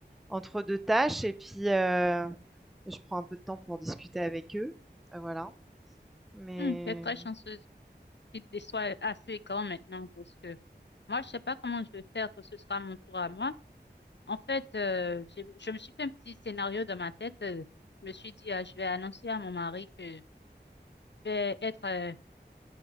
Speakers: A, in the centre; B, on the left.
A: entre 2 tâches et puis, heu, je prends un peu de temps pour discuter avec eux, heu, voilà. Mais
B: Hmm, t'es très chanceuse qu'ils te soient assez grands maintenant parce que moi, je sais pas comment je vais faire que ce sera mon tour à moi. En fait, euh, j'ai- je me suis fait un petit scénario dans ma tête. euh, je me suis dit, ah, je vais annoncer à mon mari que je vais être euh,